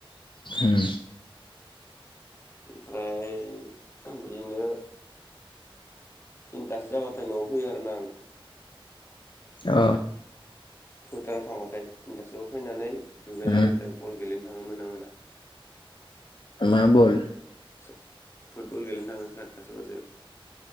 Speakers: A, on the left; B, on the left.
A: ओम।
B: ओमफ्राय बिदिनो। थिनथासो जाबाथाय न'आव फैयो आरोना आं।
A: अ।
B: फोथाराव थांबाथाय थिनथासोआव फैनानै दुगैनानै
A: उम
B: ओमफ्राय बल गेलेनो था थाङो मोना मोना।
A: मा बल?
B: <unintelligible> फुटबल गेलेनो थाङो सारिथासो बाजियाव।